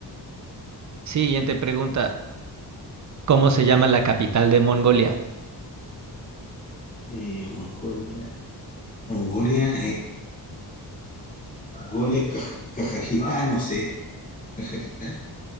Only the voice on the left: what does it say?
Eh, Mongolia. Mongolia, Mongolia, Kaj- Kazajistán, no sé, Kazajistán.